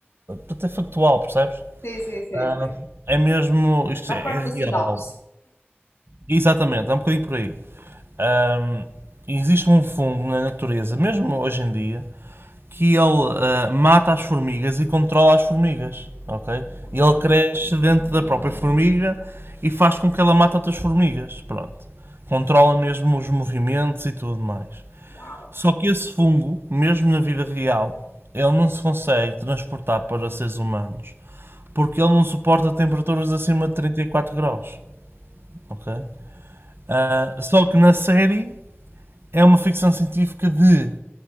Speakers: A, on the right; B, on the left.
A: até factual, percebes?
B: Sim, sim, sim,
A: Ah,
B: sim.
A: é mesmo. Isto
B: Faz
A: é,
B: parte
A: é
B: da
A: real.
B: sinopse.
A: Exatamente, é um bocadinho por aí. Ahm, existe um fungo na natureza, mesmo hoje em dia, que ele ah, mata as formigas e controla as formigas, ok?
B: Ok.
A: E ele cresce dentro da própria formiga e faz com que ela mate outras formigas, pronto. Controla mesmo os movimentos e tudo mais.
B: Uau.
A: Só que esse fungo, mesmo na vida real, ele não se consegue transportar para seres humanos porque ele não suporta temperaturas acima de 34 graus, ok? Ah, só que na série é uma ficção científica de